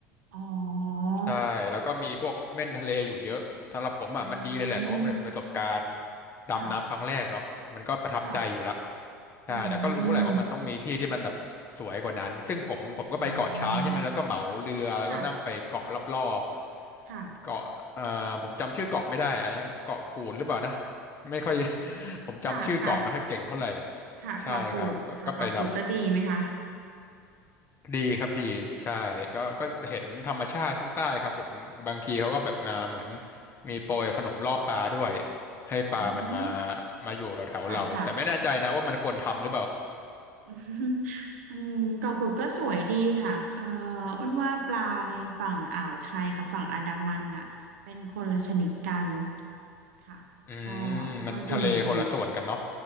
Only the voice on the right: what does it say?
อ๋อ
อืม
ค่ะค่ะ
อืมอืมค่ะ
ค่ะ
ค่ะค่ะค่ะกอกูดค่ะกอกูดก็ดีไหมคะ
อืม
ค่ะค่ะ <laughs> อืมเกาะกูดก็สวยดีค่ะเอ่ออ้นว่าปลาในฝั่งอ่าวไทยกับฝั่งอันดามันน่ะเป็นคนละชนิดกันค่ะก็
ก็ดีดีค่ะ